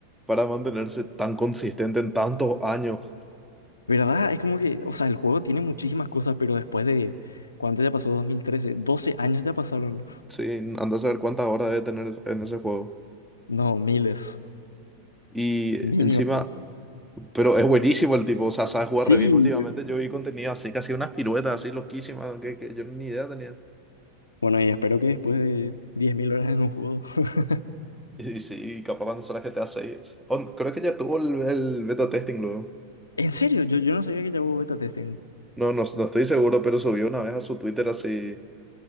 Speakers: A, in the centre; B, on the left.
A: para mantenerse tan consistente en tantos años.
B: ¿Verdad? Es como que, o sea, el juego tiene muchísimas cosas, pero después de, ¿cuánto ya pasó? dos mil trece 12 años ya pasaron. <laughs>
A: Sí, anda a saber cuántas horas debe tener en ese juego.
B: No, miles,
A: Y
B: mínimo.
A: encima, pero es buenísimo el tipo, o sea, sabe jugar
B: Sí.
A: re bien. Últimamente yo vi contenido así, casi unas piruetas así loquísimas, que, que yo ni idea tenía.
B: Bueno, y espero que después de 10.000 horas en un juego. <laughs>
A: Y, y sí, capaz cuando sale GTA seis, creo que ya tuvo el, el beta testing luego.
B: En serio, yo, yo no sabía que ya hubo beta testing.
A: No, no, no estoy seguro, pero subió una vez a su Twitter así